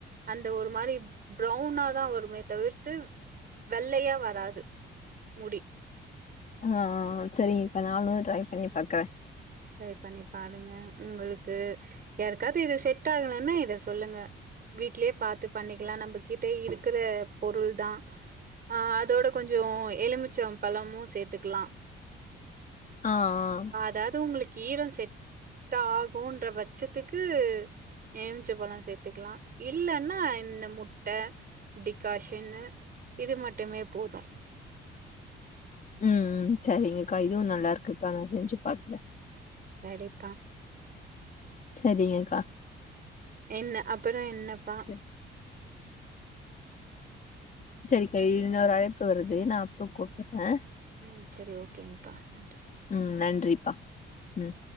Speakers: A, on the right; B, on the left.
A: அந்த ஒரு மாரி ப்ரௌனாதா வருமே தவிர்த்து வெள்ளய்யா வராது முடி
B: ஆ செரிங்கக்கா நானு ட்ரை பண்ணி பாக்குற
A: ட்ரை பண்ணி பாருங்க உங்களுக்கு யாருக்காவ்து இது செட் ஆகலன்னா இத சொல்லுங்க வீட்லே பாத்து பண்ணிக்லா நம்ம கிட்ட இருக்குற பொருள் தா ஆ அதோட கொஞ்சோ எலுமிச்ச பழமு சேத்துக்கலா
B: ஆ ஆ
A: அதாது உங்களுக்கு ஈரம் செட் ஆகுன்ற பட்சத்துக்கு எலுமிச்ச பழோ சேத்துக்லா இல்லனா இந்த முட்ட டீக்காஷன்னு இது மட்டுமே போது
B: ம் ம் செரிங்கக்கா இதுவு
A: ம்
B: நல்லாயிருக்குக்கா நா செஞ்சு பாக்ற
A: செரிப்பா
B: செரிங்கக்கா
A: என்ன அப்றோ என்னப்பா
B: சரி செரிக்கா இன்னொரு அழைப்பு வருது நா அப்றோ கூப்புறே
A: ம் செரி ஓகேங்ப்பா நன்றி
B: ம் நன்றிப்பா ம்